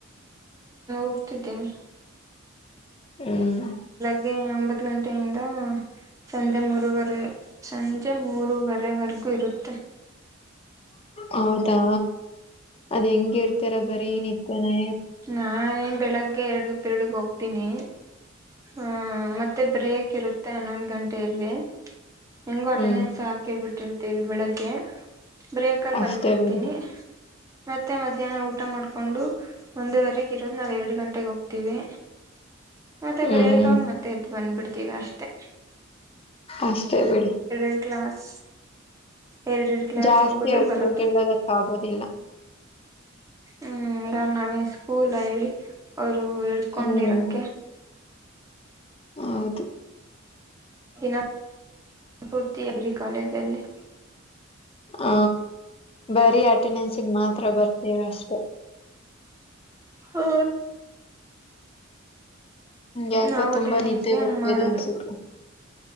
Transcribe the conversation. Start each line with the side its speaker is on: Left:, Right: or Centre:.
Right: ಕೊಡ್ತಿದ್ದೀನಿ
Left: ಹ್ಮ
Right: ಹಾಗಗೆ ಒಂಬತ್ ಗಂಟೆಯಿಂದ ಸಂಜೆ ಮೂರರುವರೆ ಸಂಜೆ ಮೂರರುವರೆವರೆಗೂ ಇರುತ್ತೆ
Left: ಹೌದಾ ಅದ್ ಹೆಂಗ ಇರ್ತೀರ ಬರೀ ನಿತ್ಯಾನೆ
Right: ನಾೇನ್ ಬೆಳಗ್ಗೆ ಎರಡ್ ಪಿರಡ್ಗೆ ಹೋಗ್ತೀನಿ ಹಾ ಮತ್ತೆ ಬ್ರೇಕ್ ಇರುತ್ತೆ ಹನ್ನೊಂದ ಗಂಟೆಯಲ್ಲಿ ಹೆಂಗು ಅಟೆಂಡೆನ್ಸ್
Left: ಹ್ಮ್
Right: ಹಾಕಿಳ್ಬಿಟ್ಟಿರ್ತೇವಿ ಬೆಳಗ್ಗೆ ಬ್ರೇಕಾರ್
Left: ಅಷ್ಟೇ
Right: ಬಂದ್ಬಿಡ್ತೀನಿ
Left: ಬಿಡಿ
Right: ಮತ್ತೆ ಮಧ್ಯಾಹ್ನ ಊಟ ಮಾಡ್ಕೊಂಡು ಒಂದುವರೆಗೆ ಇರೋದ್ ನಾವ್ ಎರಡು ಗಂಟೆ ಹೊಟ್ಟೆಗೆ ಹೋಗ್ತೀವಿ ಮತ್ತೆ
Left: ಹ್ಮ್
Right: ಬ್ರೇಕ ಆಗ ಮತ್ತೆ ಎದ್ ಬಂದ್ಬಿಡ್ತೀವಿ ಅಷ್ಟೆ
Left: ಅಷ್ಟೇ ಬಿಡಿ
Right: ಲ್ ಕ್ಲಸ್ ಎರಡೆ ಎರಡು ಕ್ಲಾಸ್
Left: ಜಾಸ್ತಿ
Right: ಹೋಗೋದು
Left: ಹೊತ್ತು
Right: ಬರೋದು
Left: ಕೇಳೋದಕ್ ಆಗೋದಿಲ್ಲ
Right: ಹ್ಮ್ ಯಾರ್ ನಾವೇ ಸ್ಕೂಲ್ ಹೇಳಿ ಅವರು ಹಡ್ಕೊಂಡಿರಕ್ಕೆ
Left: ಹ್ಮ್ ಹೌದು
Right: ದಿನಪೂರ್ತಿ ಅಗ್ರಿಕಾಲೇಜಲ್ಲಿ
Left: ಹ ಬರೀ ಅಟೆಂಡೆನ್ಸ್ಗ್ ಮಾತ್ರ ಬರ್ತೀರ ಅಷ್ಟೆ
Right: ಹೌ
Left: ಯಾಕೋ
Right: ನಾವ್
Left: ತುಂಬಾ
Right: ಅಟೆಂಡೆನ್ಸ್ಗೆ
Left: ನಿದ್ದೆ
Right: ಹಂಗ
Left: ಬರ್ತಿದೆ
Right: ಮಾಡುದು
Left: ಅನ್ಸುತ್ತೆ